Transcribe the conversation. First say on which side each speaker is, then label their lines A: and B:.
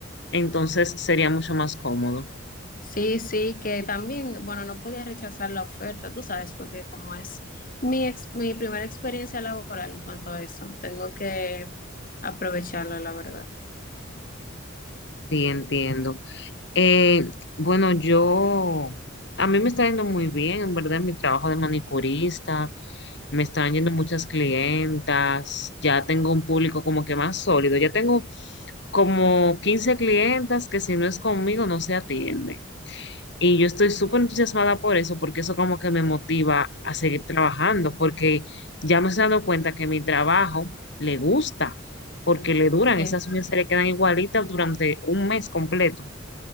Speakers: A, on the left (about 60°); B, on the left (about 45°).
A: Entonces sería mucho más cómodo.
B: Sí, sí, que también, bueno, no podía rechazar la oferta, tú sabes, porque como es mi, ex- mi primera experiencia laboral en cuanto a eso, tengo que aprovecharla, la verdad.
A: Sí, entiendo. Eh, bueno, yo, a mí me está yendo muy bien, en verdad, en mi trabajo de manicurista, me están yendo muchas clientas, ya tengo un público como que más sólido, ya tengo como 15 clientas que si no es conmigo no se atienden. Y yo estoy súper entusiasmada por eso, porque eso como que me motiva a seguir trabajando, porque ya me he dado cuenta que mi trabajo le gusta, porque le duran,
B: Sí,
A: esas uñas se le quedan igualitas durante un mes completo.